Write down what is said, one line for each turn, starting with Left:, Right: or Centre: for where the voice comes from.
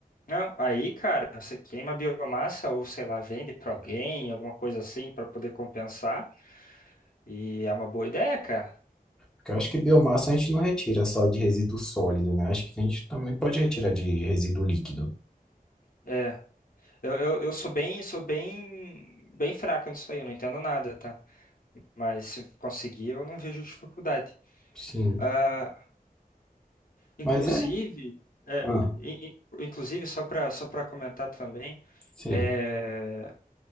Left: Não, aí, cara, você queima a biomassa ou sei lá, vende pra alguém, alguma coisa assim, pra poder compensar. E é uma boa ideia, cara.
Centre: Porque eu acho que biomassa a gente não retira só de resíduo sólido, né? Acho que a gente também pode retirar de resíduo líquido.
Left: É, eu, eu, eu sou bem, sou bem, bem fraco nisso aí, eu não entendo nada, tá? Mas se conseguir, eu não vejo dificuldade.
Centre: Sim.
Left: Ah, inclusive,
Centre: Mas é.
Left: é,
Centre: Ah,
Left: in- in- inclusive só para, só para comentar também,
Centre: sim.
Left: é,